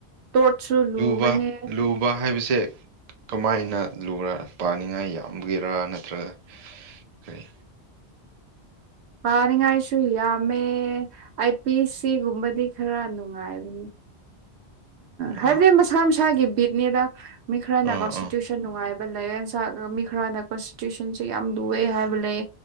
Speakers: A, on the right (about 75°); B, on the right (about 60°).
A: ꯇꯣꯠꯁꯨ ꯂꯨꯕꯅꯦ
B: ꯂꯨꯕ ꯂꯨꯕ ꯍꯥꯏꯕꯁꯦ ꯀꯃꯥꯏꯅ ꯂꯨꯔ ꯄꯥꯅꯤꯡꯉꯥꯏ ꯌꯥꯝꯕꯒꯤꯔꯥ ꯅꯠꯇ꯭ꯔꯒ ꯀꯔꯤ
A: ꯄꯥꯅꯤꯡꯉꯥꯏꯁꯨ ꯌꯥꯝꯃꯦ ꯑꯥꯏ ꯄꯤ ꯁꯤ ꯒꯨꯝꯕꯗꯤ ꯈꯔ ꯅꯨꯡꯉꯥꯏꯕꯅꯤ
B: ꯑꯥ
A: ꯍꯥꯏꯕꯗꯤ ꯃꯁꯥ ꯃꯁꯥꯒꯤ ꯕꯤꯠꯅꯦꯗ ꯃꯤ ꯈꯔꯅ
B: ꯑꯥ
A: ꯀꯣ ꯁꯇꯤꯇ꯭ꯌꯨꯁꯟ
B: ꯑꯥ
A: ꯅꯨꯡꯉꯥꯏꯕ ꯂꯩ ꯃꯤ ꯈꯔꯅ <unintelligible> ꯌꯥꯝ ꯂꯨꯑꯦ ꯍꯥꯏꯕ ꯂꯩ